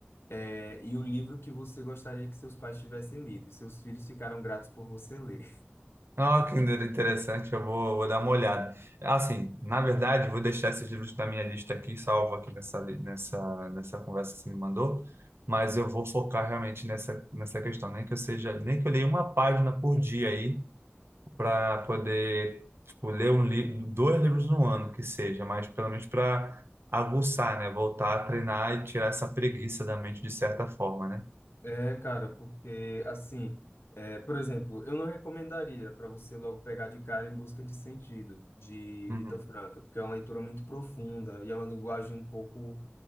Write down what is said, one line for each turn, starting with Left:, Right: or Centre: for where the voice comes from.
Left: É, e o livro que você gostaria que seus pais tivessem lido e seus filhos ficaram gratos por você ler.
Right: Ah, que interessante, eu vou, vou dar uma olhada. Assim, na verdade, vou deixar esses livros na minha lista aqui, salvo aqui nessa, li- nessa, nessa conversa que você me mandou, mas eu vou focar realmente nessa, nessa questão, nem que eu seja, nem que eu leia uma página por dia aí, para poder, tipo, ler um livro, dois livros no ano que seja, mas pelo menos para aguçar, né? Voltar a treinar e tirar essa preguiça da mente de certa forma, né?
Left: É, cara, porque assim, é, por exemplo, eu não recomendaria para você logo pegar de cara Em Busca de Sentido, de
Right: Uhum,
Left: Vitor Franco, porque é uma leitura muito profunda e é uma linguagem um pouco